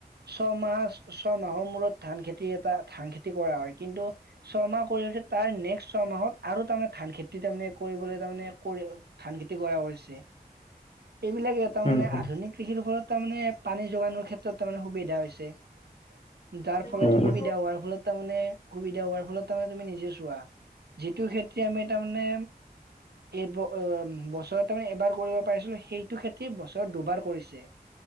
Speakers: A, on the right (about 80°); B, on the left (about 40°).
A: ছয়মাহৰ ছয়মাহৰ মূৰত ধান খেতি এটা ধান খেতি কৰা হয় কিন্তু। ছয়মাহ কৰি উঠি তাৰ নেক্স ছয়মাহত আৰু তাৰমানে ধান খেতি তাৰমানে কৰিবলৈ তাৰমানে কৰি। ধান খেতি কৰা হৈছে। এইবিলাকে এটা
B: উম,
A: মানে
B: উম,
A: আধুনিক কৃষিৰ ফলত তাৰমানে ইয়াত পানী যোগানৰ ক্ষেত্ৰত। ক্ষেত্ৰত তাৰমানে সুবিধা হৈছে। যাৰ ফলত
B: উম,
A: সুবিধা হোৱাৰ ফলত। তাৰ মানে সুবিধা হোৱাৰ ফলত তাৰমানে তুমি নিজে চোৱা যিটো খেতি আমি তাৰমানে। এইবোৰ অ বছৰত তাৰমানে এবাৰ কৰিব পাৰিছিলো সেই। খেতি বছৰত দুবাৰ কৰিছে